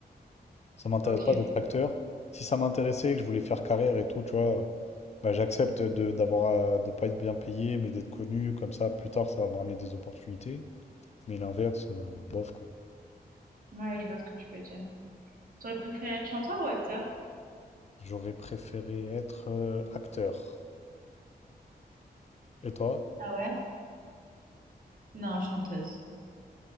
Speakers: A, on the left (about 40°); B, on the right (about 60°).
A: ça m'intéresse
B: Ok,
A: pas d'être acteur. Si ça m'intéressait, que je voulais faire carrière et tout, tu vois, bah, j'accepte de d'avoir à- de pas être bien payé, mais d'être connu comme ça. Plus tard, ça va me ramener des opportunités. Mais l'inverse, euh, bof quoi.
B: ouais, je vois ce que tu veux dire. T'aurais préféré être chanteur ou acteur?
A: J'aurais préféré être euh, acteur. Et toi?
B: Ah ouais? Non, chanteuse.